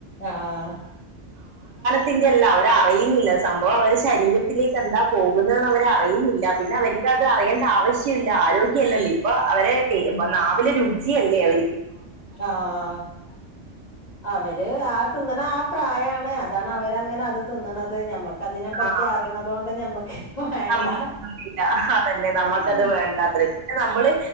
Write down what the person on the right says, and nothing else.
അല്ല അവരറിയുന്നില്ല സംഭവം അവരെ ശരീരത്തിലേക്ക് എന്താ പോകുന്നതെന്ന് അവർ അറിയുന്നില്ല പിന്നെ അവർക്ക് അത് അറിയേണ്ട ആവശ്യല്ല. ആരോഗ്യല്ലല്ലേ ഇപ്പൊ അവരെ നാവിലെ രുചിയല്ലേ അവര്
ആ,
നമ്മ അതന്നെ നമ്മുക്കത്
വേണ്ടാത്ര പിന്നെ നമ്മള്